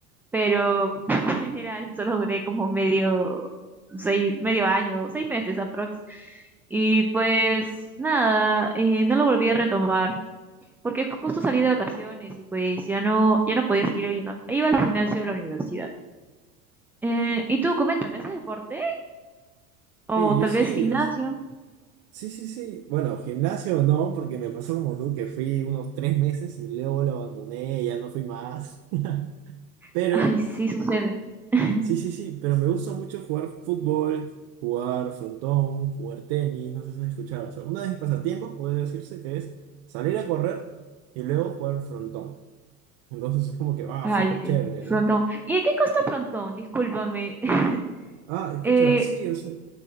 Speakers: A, in the centre; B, on the right.
A: pero <laughs> en general solo duré como medio, seis, medio año, seis meses aprox. Y pues nada, eh, no lo volví a retomar, porque justo salí de vacaciones y pues ya no, ya no podía seguir yendo. E Iba al gimnasio de la universidad. Eh, y tú, coméntame, ¿haces deporte?
B: Oye,
A: O tal
B: yo sí,
A: vez gimnasio.
B: o s- sí, sí, sí. Bueno, gimnasio no, porque me pasó como tú que fui unos tres meses y luego lo abandoné, ya no fui más. <laughs> Pero,
A: <laughs> Ay, sí, sucede. <laughs>
B: sí, sí, sí, pero me gusta mucho jugar fútbol, jugar frontón, jugar tenis, no sé si has escuchado. O sea, uno de mis pasatiempos puede decirse que es salir a correr y luego jugar frontón. Entonces es como que, va,
A: Ay,
B: súper
A: sí.
B: chévere,
A: Frontón.
B: ¿no?
A: ¿Y de qué costa frontón? Discúlpame. <laughs>
B: Ah, escucha,
A: Eh,
B: sí, o sea,